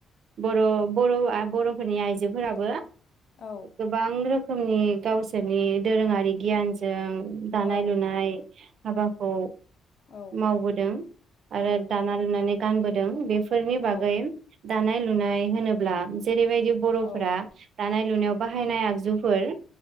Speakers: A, on the right (about 60°); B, on the left (about 60°).
A: बर' बर'आ बर'फोरनि आइजोफोराब बो
B: औ
A: गोबां रो खोमनि गावसोरनि दोरोङारि गियानजों दानाय
B: औ
A: लुनाय हाबाखौ
B: औ
A: मावबोदों आरो
B: औ
A: दाना लुनानै गानबोदों बेफ फोरनि बागै
B: औ
A: दानाय लुनाय होनो अब्ला जेरैबायदि फोरा
B: औ
A: दानाय लुनायाव बाहायनाय आगजुफोर